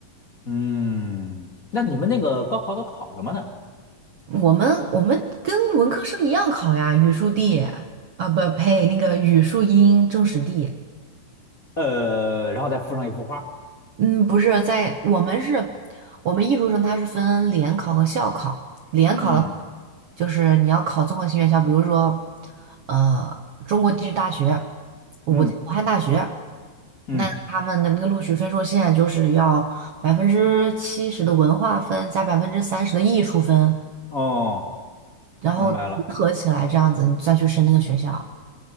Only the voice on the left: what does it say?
嗯。那你们那个高考都考什么呢？
呃，然后再附上一幅画。
嗯
嗯嗯。
哦，
明白了。